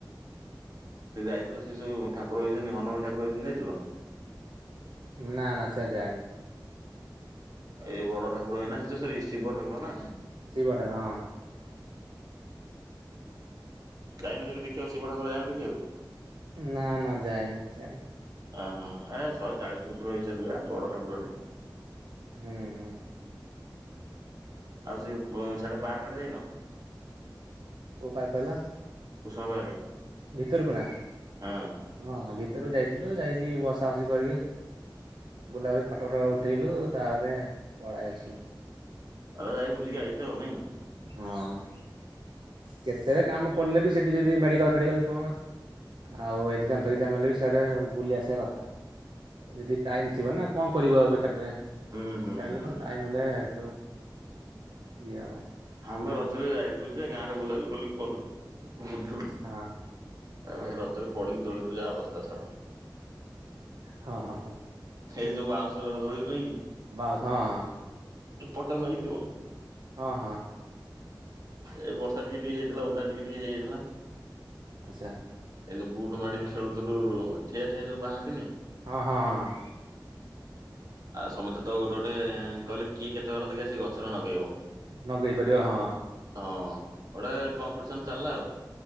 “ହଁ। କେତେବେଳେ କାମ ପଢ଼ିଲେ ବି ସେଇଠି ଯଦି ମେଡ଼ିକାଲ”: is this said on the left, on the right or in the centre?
Right